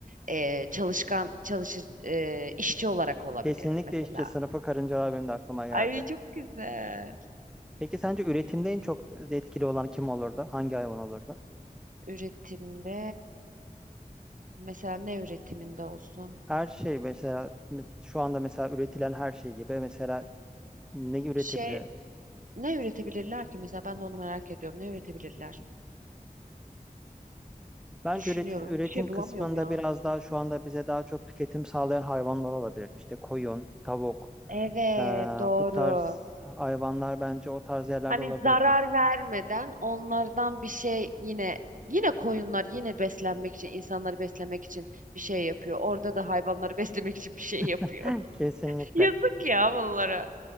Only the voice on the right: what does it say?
e, çalışkan çalışı e, işçi olarak olabilirdi
mesela.
Ay çok güzel.
Üretimde mesela ne üretiminde olsun?
Şey ne üretebilirler ki mesela ben de onu merak ediyorum. Ne üretebilirler?
Düşünüyorum.
Bir şey
bulamıyorum ya.
Evet,
doğru.
Hani
zarar vermeden onlardan bir şey yine yine koyunlar yine beslenmek için insanları beslemek için bir şey yapıyor. Orada da hayvanları <laughs> beslemek için bir şey yapıyor.
<laughs> Yazık ya bunlara.